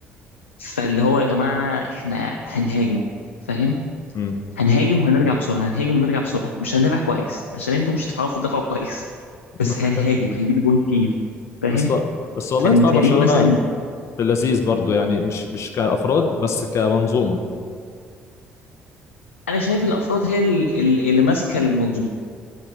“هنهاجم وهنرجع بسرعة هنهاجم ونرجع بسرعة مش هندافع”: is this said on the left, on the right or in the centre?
Left